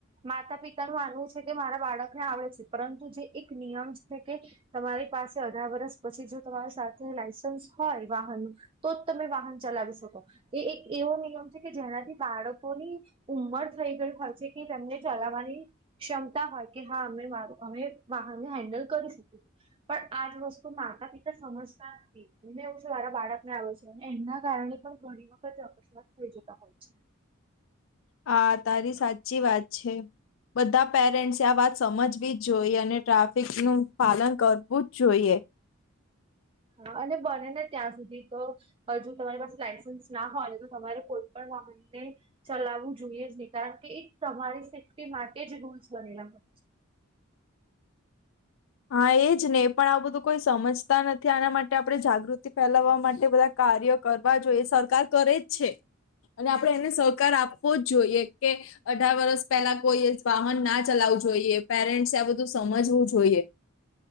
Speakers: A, on the right; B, on the left.
A: માતા પિતા ન માનવું છે કે મારા બાળકને આવડે છે પરંતુ જે એક નિયમ છે કે તમારી પાસે અઢાર વર્સ પછી જો તમારી સાથે લાયસન્સ હોય વાહનનું તો જ તમે વાહન ચલાવી શકો એ એક એવો નિયમ છે કે જેનાથી બાળકોની ઉમર થઈ ગય હોય છે કે તેમને ચલાવવાની ક્ષમતા હોય કે હા અમે મારું અમે વાહનને હેન્ડલ કરી શકીએ. પણ આજ વસ્તુ માતા પિતા સમજ ને એવું છે મારા બાળક ને આવે છે અને એમના કારણે પણ ઘણી વખત થઈ જતા હોય છે.
B: હા તારી સાચી વાત છે. બધા પેરેન્ટ્સે આ વાત સમજવી જ જોઈએ અને ટ્રાફિક નું પાલન કરવું જ જોઈએ.
A: હા અને બને ને ત્યાં સુધી તો. હજુ તમારી પાસે લાયસન્સ ના હોય ને તો તમારે કોઈ પણ વાહનને ચલાવવું જોઈએ જ નહી કારણ કે એક તમારી સેફ્ટી માટે જ રૂલ્સ બનેલા હોય છે.
B: હા એજ ને પણ આ બધું કોઈ સમજતા નથી આના માટે આપણે જાગૃતિ ફેલાવવા માટે બધા કાર્ય કરવા જોઈએ સરકાર કરે જ છે. અને આપણે એને સહકાર આપવો જ જોઈએ કે અઢાર વર્સ પહેલા કોઈએ વાહન ના ચલાવું જોઈએ પેરેન્ટ્સ આ બધું સમજવું જોઈએ.